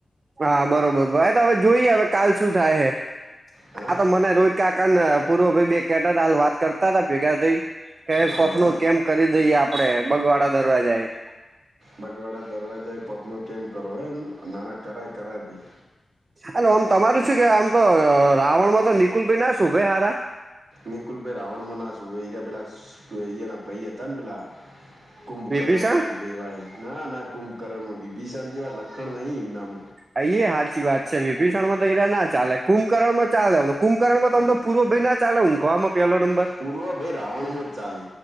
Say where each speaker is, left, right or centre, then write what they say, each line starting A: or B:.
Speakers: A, on the right; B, on the right.
A: હા બરોબર ભાઈ. તો હવે જોઈ હવે કાલ શું થાય હે.
B: હા
A: આ તો મને રોજ કાકાન પૂરો ભઈ બે કેટ હાલ વાત કરતા તા ભેગા થઈન, કે
B: હા
A: પફ
B: હા
A: નો કેમ્પ કરી દઈએ આપ પણે એમ બગવાડા દરવાજા એ.
B: બગવાડા દરવાજા એ પફનો કેમ્પ કરવો એમ? ના-ના કરાય-કરાય ભઈ.
A: એટલે ઓમ તમારું શું કહેવા? આમ તો રાવણમાં તો નિકુલ ભાઈ ના શોભે હારા.
B: નિકુલ ભાઈ રાવણમાં ના શોભે. <unintelligible> પેલાયા ઈ એના ભઈ હતા ને પહેલાં કુંભકર્ણમાં
A: વિભીષણ
B: શોભે એવા ઈ. ના-ના કુંભકર્ણમાં. વિભિષણ જેવા લખણ નહીં એમનામ.
A: હા ઈએ હાચી વાત છે. વિભિષણ માં તો <unintelligible> ના ચાલે. કુંભકર્ણ માં ચાલે. કુંભકર્ણ માં તો
B: હા
A: એમ તો પૂરો ભઈ ના ચાલે ઊંઘવામાં પહેલો નંબર.
B: પૂર્વભાઈ રાવણમાં જ ચાલે.